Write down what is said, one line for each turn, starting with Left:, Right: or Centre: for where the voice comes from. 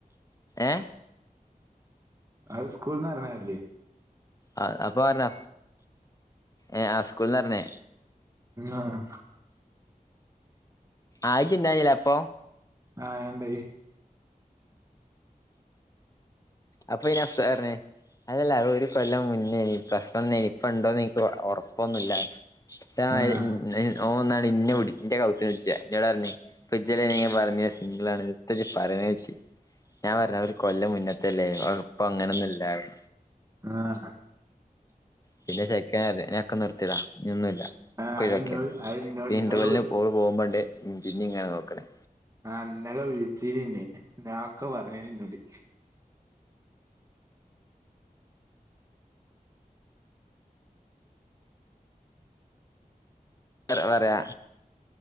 Left: ഏ
Right: അത് സ്കൂൾന്ന് അറിഞ്ഞല്ലേ
Left: ആ അപ്പൊ അരഞ്ഞ ഏ ആ സ്കൂളിൽ അരിഞ്ഞേ
Right: ആഹ
Left: ആയി ചിന്താില്ലേ അപ്പൊ
Right: ആഹ ണ്ട
Left: അപ്പൊ ഇനി അതരനേ അതല്ല ഒരു കൊല്ലം മുന്നേ പ്രശ്നം ഇനിപ്പ ഉണ്ടോന്ന് എനിക്ക് ഉറപ്പൊന്നുമില്ലായിരുന്നു ആ
Right: ആഹ്
Left: ഓ ഒന്നാണ് ഇന്നെ വിന്റെ കൗത്തി വിടിച്ച ഞോ പറഞ്ഞ ഇ പറഞ്ഞ സിംഗിളാണ് പറ വെച്ച ഞാൻ പറഞ്ഞ ഒരു കൊല്ല മുന്നെ അല്ലേ അപ്പ അങ്ങനൊന്നുമല്ലായി
Right: ആഹ
Left: പിന്നെ ചെക്കൻ നക്കെ നിർത്തിടാ നീ ഒന്നും
Right: ആഹ് അത്
Left: വാക്ക
Right: ഇന്നോട് അത് ഇന്നോട്
Left: പിന്നെ
Right: ഇന്നലെ
Left: ഇന്റർവെലന്
Right: വി
Left: പോ പോകുമ്പോണ്ട് പിന്നെ ഇങ്ങനെ നോക്കണേ
Right: ആ അന്നലെ ഒഴിച്ചിരന്നെ ഒക്കെ പറഞ്ഞന ഇന്നൂടി
Left: വ വരാ